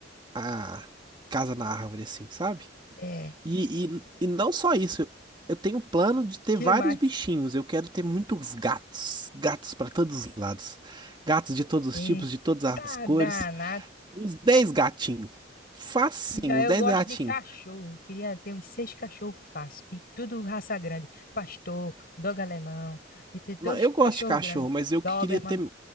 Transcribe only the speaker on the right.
a, a casa na árvore, assim, sabe?
E, e, e não só isso. Eu, eu tenho plano de ter
vários
bichinhos. Eu quero ter muitos gatos. Gatos para todos os lados. Gatos de todos os
tipos, de todas as
cores.
Uns 10 gatinhos. Facinho,
uns 10
gatinhos.
Não, eu
gosto de cachorro,
mas eu
queria ter,